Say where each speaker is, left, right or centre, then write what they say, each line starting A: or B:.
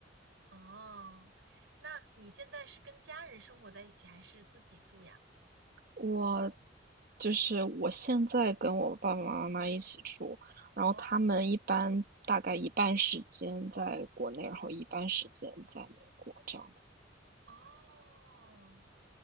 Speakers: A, on the right; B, on the right.
A: 哦，那你现在是跟家人生活在一起，还是自己住呀？
B: 我就是我现在跟我爸爸妈妈一起住，然后他们一般大概一半时间在国内，
A: 哦
B: 然后一半时间在美国这样子。
A: 哦，